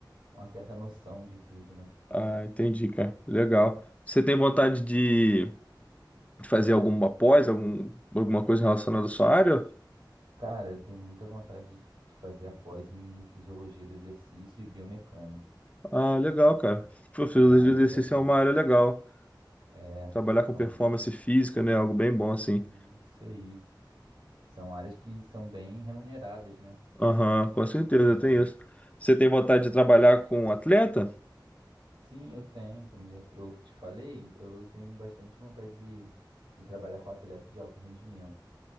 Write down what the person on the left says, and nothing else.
Ah, entendi, cara. Legal. Você tem vontade de de fazer alguma pós, algum, alguma coisa relacionada à sua área?
Ah, legal, cara.
Pô, Fisiologia
do
exercício é uma área legal.
Trabalhar
com performance
física, né? Algo bem bom, assim.
Aham, com certeza,
tem
isso. Você tem vontade de trabalhar com atleta?